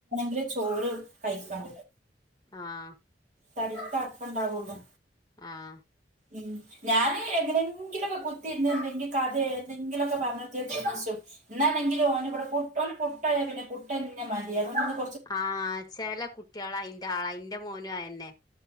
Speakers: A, on the right; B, on the left.
A: കൃച് <unintelligible> ചോറ് കഴിക്ക
B: ആഹ്
A: തടി ക്ക്‌ അർത്ഥമുണ്ടക്കൊള്ളൂ
B: ആഹ്
A: ഉം ഞാന് എങ്ങനെങ്കിലൊക്കെ കുത്തിന്ന് എന്തെങ്കിൽ കഥയ എന്തെങ്കിലൊക്കെ പറഞ്ഞ ചോദിച്ചു ശോ എന്നാനെങ്കിലും ഓനിവടെ കൂടെ പുഓ പുട്ടായ പിന്നെ പുട്ട് എന്നെ മതി <unintelligible>
B: ആഹ് ചെല കുട്ടികളായി ന്റാള എന്റെ മോനും ആയെന്നെ